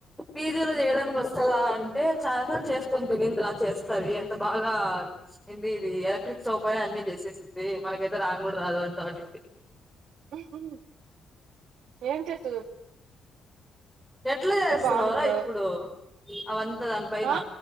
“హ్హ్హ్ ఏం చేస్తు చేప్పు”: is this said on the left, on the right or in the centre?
Right